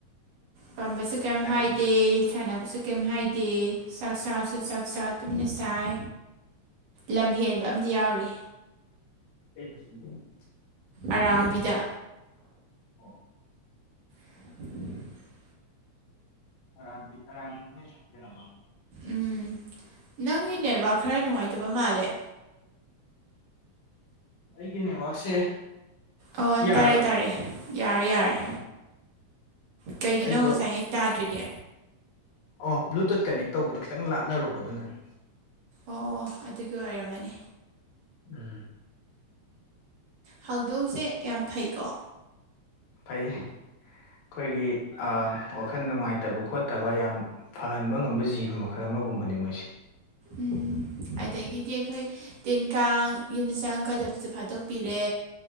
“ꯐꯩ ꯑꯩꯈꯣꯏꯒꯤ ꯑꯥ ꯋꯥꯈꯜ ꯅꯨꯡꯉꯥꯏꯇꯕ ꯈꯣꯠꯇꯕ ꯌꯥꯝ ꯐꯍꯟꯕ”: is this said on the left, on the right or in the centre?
Left